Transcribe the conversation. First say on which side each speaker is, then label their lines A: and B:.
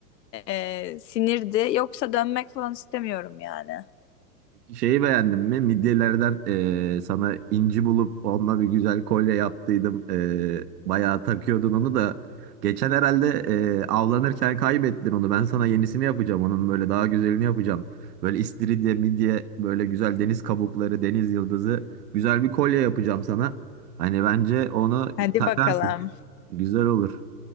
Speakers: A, on the left (about 80°); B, on the right (about 70°).
A: e, sinirdi. Yoksa dönmek falan istemiyorum yani.
B: Şeyi beğendin mi? Midyelerden eee, sana inci bulup onunla bir güzel kolye yaptıydım. Eee bayağı takıyordun onu da. Geçen herhalde eee, avlanırken kaybettin onu. Ben sana yenisini yapacağım. Onun böyle daha güzelini yapacağım. Böyle istiridye, midye, böyle güzel deniz kabukları, deniz yıldızı. Güzel bir kolye yapacağım sana. Hani bence onu
A: Hadi
B: takarsın.
A: bakalım.
B: Güzel olur.